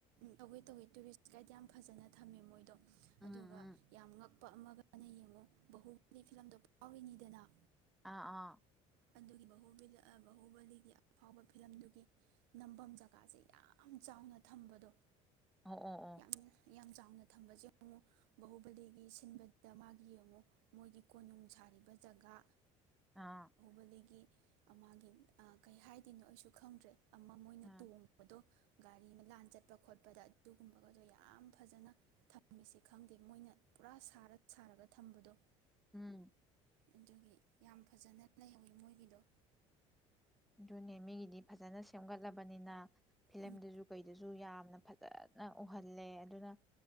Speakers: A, on the right; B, in the centre.
A: ꯇꯧꯋꯦ ꯇꯧꯋꯦ ꯇꯨꯔꯤꯁ ꯒꯥꯠ ꯌꯥꯝ ꯐꯖꯥꯅ ꯊꯝꯃꯦ ꯃꯣꯏꯗꯣ꯫
B: ꯑꯥ
A: ꯑꯗꯨꯒ ꯌꯥꯝ ꯉꯛ ꯑꯗꯨꯒ ꯑꯃꯅ ꯌꯦꯡꯉꯨ ꯕꯍꯨꯕꯥꯂꯤ ꯐꯤꯂꯝꯗꯣ ꯐꯧꯔꯤꯅꯤꯗꯅ <unintelligible>
B: ꯑꯥ ꯑꯥ
A: ꯑꯗꯨꯒꯤ ꯕꯍꯨꯕꯂꯤ ꯑꯥ ꯕꯍꯨꯕꯂꯤꯒꯤ ꯑꯐꯧꯕ ꯐꯤꯂꯝꯗꯨꯒꯤ ꯅꯝꯕꯝ ꯖꯒꯁꯦ ꯌꯥꯝ ꯆꯧꯅ ꯊꯝꯕꯗꯣ꯫
B: ꯑꯣ ꯑꯣ ꯑꯣ
A: ꯌꯥꯝ ꯌꯥꯝ ꯆꯧꯅ ꯊꯝꯕꯁꯦ ꯌꯦꯡꯉꯣ <unintelligible> ꯕꯍꯨꯕꯂꯤꯒꯤ ꯁꯤꯟꯕꯗꯨꯗ ꯃꯒꯤ ꯌꯦꯡꯉꯨ ꯃꯣꯏꯒꯤ ꯀꯣꯅꯨꯡ ꯁꯥꯔꯤꯕ ꯖꯒꯥ꯫
B: ꯑꯥ
A: ꯑꯗꯒꯤ ꯑꯥ ꯃꯒꯤ ꯑꯥ ꯀꯩ ꯍꯥꯏꯗꯣꯏꯅꯣ ꯑꯩꯁꯨ ꯈꯪꯗ꯭ꯔꯦ ꯑꯃ ꯃꯣꯏꯅ
B: ꯑꯥ
A: ꯇꯣꯡꯕꯗꯣ ꯒꯔꯤ ꯑꯃ ꯂꯥꯟ ꯆꯠꯄꯥꯗ ꯑꯗꯨꯒꯨꯝꯕꯒꯗꯣ ꯌꯥꯝ ꯐꯥꯖꯅ ꯊꯝꯃꯦꯁꯦ <unintelligible> ꯈꯪꯗꯦ ꯃꯣꯏꯅ ꯄꯨꯔꯥ ꯁꯔꯥ ꯁꯔꯥ ꯊꯝꯕꯗꯣ꯫
B: ꯑꯨꯝ
A: ꯑꯗꯨꯅꯦ ꯌꯥꯝ ꯐꯖꯥꯅ ꯂꯩꯍꯧꯋꯦ ꯃꯣꯏꯒꯤꯗꯣ
B: ꯗꯨꯅꯦ ꯃꯤꯒꯤꯗꯤ ꯐꯥꯖꯅ ꯁꯦꯝꯒꯠꯂꯕꯅꯤꯅꯥ ꯐꯤꯂꯝ
A: ꯎꯝ
B: ꯗꯖꯨ ꯀꯩ ꯗꯖꯨ ꯌꯥꯝꯅ ꯐꯥꯖꯅ ꯎꯍꯜꯂꯦ ꯑꯗꯨꯅ